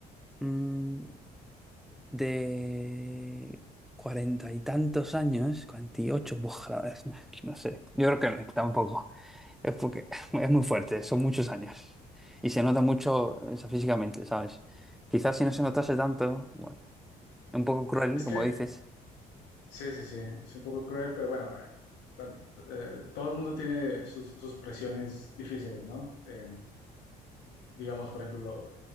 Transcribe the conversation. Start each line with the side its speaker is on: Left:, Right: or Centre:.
Centre: mm, de cuarenta y tantos años, cuarenta y ocho, buf, la verdad es- no, no sé. Yo creo que no, tampoco. Es porque <laughs> es muy fuerte, son muchos años. Y se nota mucho, o sea, físicamente, ¿sabes? Quizás si no se notase tanto, bueno, es un poco cruel,
Left: Es
Centre: como
Left: que,
Centre: dices.
Left: sí, sí, sí, es un poco cruel, pero bueno, eh, tan- eh, todo el mundo tiene sus, sus presiones difíciles, ¿no? Eh, digamos, por ejemplo, lo-